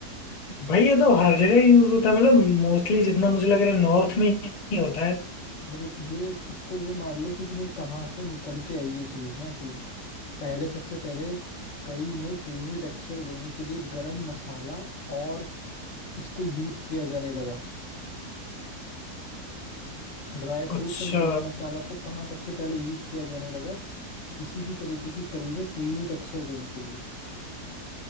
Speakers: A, on the left (about 40°); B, on the left (about 55°).
A: भाई ये तो हर जगह यूज होता है मतलब मोस्टली जितना मुझे लग रहा है नॉर्थ में ही होता है
B: मतलब ये इसको ये मान लो कि तुम्हें कहाँ से निकल के आई ये चीज ना कि पहले सबसे पहले करी में क्रीमी टेक्सचर देने के लिए गरम मसाला और इसको यूज किया जाने लगा Dry fruits
A: अच्छा
B: and garam masala को कहाँ सबसे पहले यूज किया जाने लगा किसी भी तरीके की करीब क्रीमी टेक्सचर देने के लिए